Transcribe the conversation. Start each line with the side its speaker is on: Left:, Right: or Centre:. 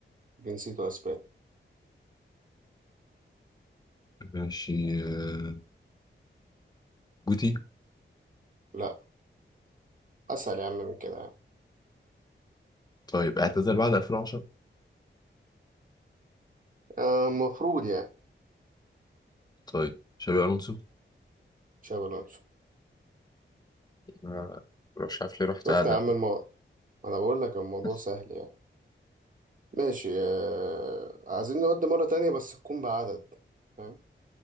Right: جنسيته اسباني
Left: ماشي آه جوتي
Right: لا اسهل يا عم من كده يعني
Left: طيب اعتزل بعد 2010
Right: آه، المفروض يعني
Left: طيب شابي الونسو
Right: تشابي الونسو
Left: آه، مش عارف ليه رحت
Right: شفت
Left: قاعدة
Right: يا عم الموضوع انا بقول لك الموضوع
Left: بس
Right: سهل يعني ماشي آه، عايزين نودي مرة تانية بس تكون بعدد فاهم